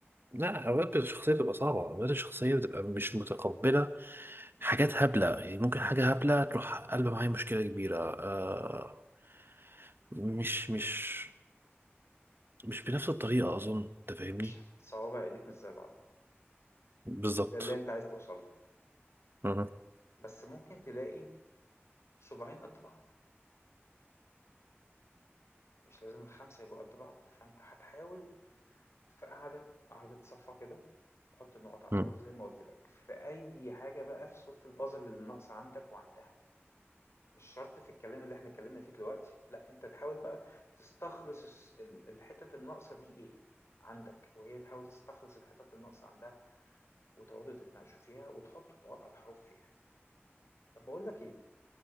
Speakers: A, on the right (about 55°); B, on the left (about 80°).
A: لا أوقات الشخصية بتبقى صعبة أوقات الشخصية بتبقى مش متقبلة حاجات هبلة يعني ممكن حاجة هبلة تروح قلب معايا مشكلة كبيرة آه مش مش مش بنفس الطريقة أظن أنت فاهمني
B: مش صوابع إيديك مش زي بعضها
A: بالظبط
B: ده اللي أنت عايز توصل له
A: مهم.
B: بس ممكن تلاقي صباعين قد بعض مش لازم الخمسة يبقوا قد بعض فأنت هتحاول في قعدة قعدة صفا كده حط النقط على
A: مم.
B: الحروف زي ما قلت لك في أي حاجة بقى في صورة البازل اللي ناقصة عندك وعندها مش شرط في الكلام اللي احنا اتكلمنا فيه دلوقتي لا انت تحاول بقى تستخلص الس- ال- الحتت الناقصة دي ايه عندك وهي تحاول تستخلص الحتت الناقصة عندها وتقعدوا تتناقشوا فيها وتحطوا النقط على الحروف فيها طب بقول لك ايه